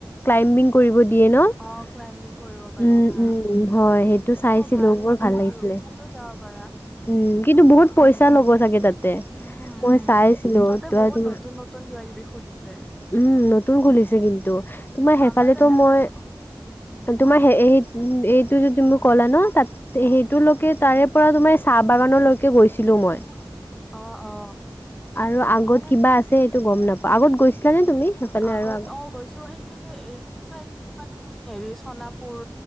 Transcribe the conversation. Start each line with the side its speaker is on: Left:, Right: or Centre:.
Left: ক্লাইম্বিং কৰিব দিয়ে ন।
Centre: অ ক্লাইম্বিং কৰিব পাৰি
Left: ওম
Centre: হা
Left: ওম হয় সে- টো চাইছিলোঁ
Centre: অ হৈছে
Left: বৰ ভাল
Centre: সেইটো
Left: লাগিছিলে।
Centre: সেইটোতো
Left: উম
Centre: যাব পাৰা
Left: কিন্তু বহুত পইচা
Centre: আজি
Left: ল'ব চাগে তাতে
Centre: উম উম
Left: মই চাইছিলো
Centre: তাতে
Left: তৰা
Centre: বহুত
Left: তোমাৰ
Centre: নতুন নতুন কিবা কিবি খুলিছে।
Left: উম নতুন খুলিছে কিন্তু তোমাৰ সেইফালো
Centre: আমাৰ তাতে
Left: মই
Centre: কিন- উম
Left: তোমাৰ সে এইট উ এইটো যদি মোক কলা ন তাত সেইটোলৈকে তাৰে পৰা তোমাৰ চাহ বাগানলৈকে গৈছিলো মই।
Centre: অ অ
Left: আৰু আগত
Centre: অকমান
Left: কিবা আছে সেটো গম নাপাওঁ। আগত গৈছিলা নে তুমি? সেইফালে
Centre: আগত
Left: আৰু
Centre: অ গৈছো সেইফালে সেইটো চাইদত এদি মানে তুমি হেৰি চনাপুৰ